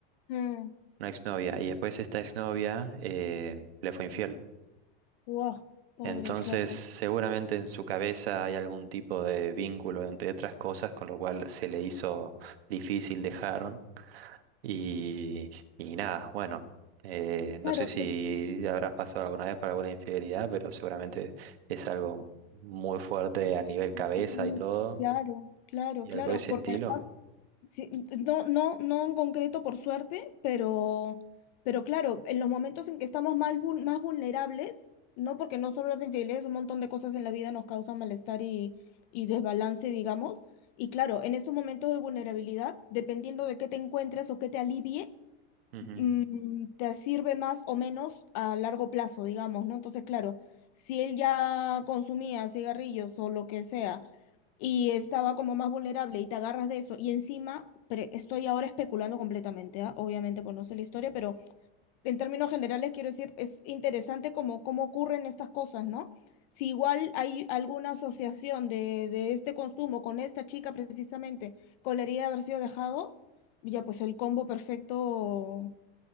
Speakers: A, on the left (about 40°); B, on the right (about 80°).
A: mm.
B: una exnovia, y después esta exnovia eh, le fue infiel.
A: Wow, pobre,
B: Entonces,
A: claro.
B: seguramente en su cabeza hay algún tipo de vínculo, entre otras cosas, con lo cual se le hizo difícil dejar. Y, y nada, bueno, eh, no
A: Claro,
B: sé si
A: lo-
B: habrás pasado alguna vez por alguna infidelidad, pero seguramente es algo muy fuerte a nivel
A: tiene
B: cabeza
A: que ser muy-
B: y todo,
A: claro, claro,
B: y
A: claro,
B: algo de ese
A: porque
B: estilo.
A: sí, no, no, no en concreto por suerte, pero, pero claro, en los momentos en que estamos más, vul- más vulnerables, no porque no solo las infidelidades, un montón de cosas en la vida nos causan malestar y, y desbalance, digamos, y claro, en esos momentos de vulnerabilidad, dependiendo de qué te encuentres o qué te alivie,
B: Ujú.
A: mm, te sirve más o menos a largo plazo, digamos, ¿no? Entonces, claro, si él ya consumía cigarrillos o lo que sea y estaba como más vulnerable y te agarras de eso y encima, pre- estoy ahora especulando completamente, ¿ah? Obviamente, pues no sé la historia, pero en términos generales quiero decir, es interesante como cómo ocurren estas cosas, ¿no? Si igual hay alguna asociación de, de este consumo con esta chica precisamente, con la herida de haber sido dejado, ya pues el combo perfecto